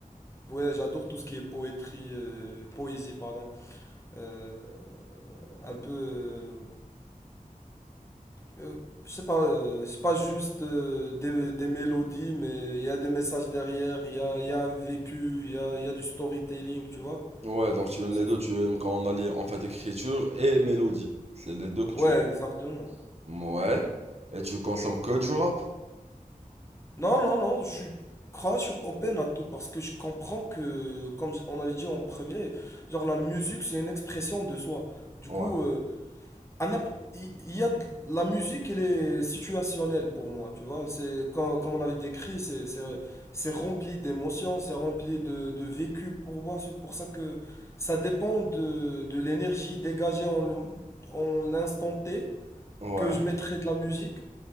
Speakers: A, on the left (about 20°); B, on the right (about 45°).
A: ouais, j'adore tout ce qui est poétrie, euh, poésie, pardon. Euh, un peu. euh, euh, je sais pas, euh, c'est pas juste euh, des, des mélodies, mais il y a des messages derrière, il y a, il y a un vécu, il y a, il y a du storytelling, tu vois.
B: Ouais, donc tu aimes
A: C'est-
B: les deux, tu aimes quand on a les, en fait, écriture et mélodie. C'est les deux que
A: Ouais,
B: tu aimes.
A: exactement.
B: Ouais. Et tu consommes que du rap?
A: Non, non, non, je suis, crois, je suis open à tout parce que je comprends que, comme on avait dit en premier, genre la musique c'est une expression de soi. Du
B: Ouais.
A: coup, euh, à n'imp- il il y a de- la musique, elle est situationnelle pour moi, tu vois. C'est comme, comme on avait décrit, c'est c'est c'est rempli d'émotions, c'est rempli de, de vécu pour moi. C'est pour ça que ça dépend de, de l'énergie dégagée en le- en l'instant T
B: Ouais.
A: que je mettrai de la musique.